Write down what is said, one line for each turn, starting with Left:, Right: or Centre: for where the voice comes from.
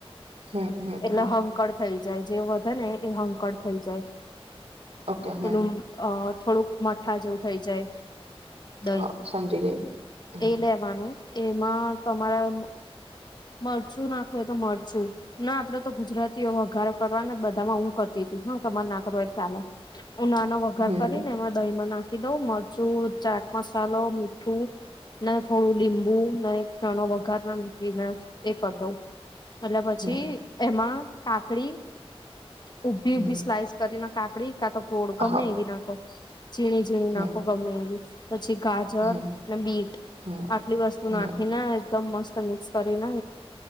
Right: હમ હમ
Left: એટલે
Right: હમ.
Left: હંકળ થઈ જાય જે વધે ને એ હંકડ થઈ જાય.
Right: ઓકે હમ
Left: ચલું અ. <unintelligible> થોડુંક મઠા જેવું થઈ જાય. દ
Right: હા સમજી ગઈ હમ
Left: એ લેવાનું. એમાં તમારા મરચું નાખે તો મરચું ના, આપડે તો ગુજરાતીઓ વઘારે કરવાના બધામાં. હું કરતી હતી હ. તમાર નાકો એ ચાલે, ઉના નો વઘાર
Right: હમ
Left: કરીને એમાં દહીમાં નાખ. એ તો મરચું, ચાટ મસાલો, મીઠું ને થોડું લીંબુ. બું, એક ચણો વઘાર ના મૂકીને, એક હતો. એટલે પછી
Right: હમ
Left: એમાં. કાકડી. ઉભી
Right: હમ
Left: ઉભી સ્લાઇસ કરી નાખ. કાકડી કા તો. ગોળ ગમે
Right: હા
Left: બના તો ઝીણી ઝીણી
Right: હમ
Left: નાખો ગમે એવી. પછી ગાજર
Right: હમ
Left: અને બીટ
Right: હમ
Left: આટલી વસ્તુ. શું
Right: હમ
Left: નાખી ના. એકદમ મસ્ત મિક્સ કરીને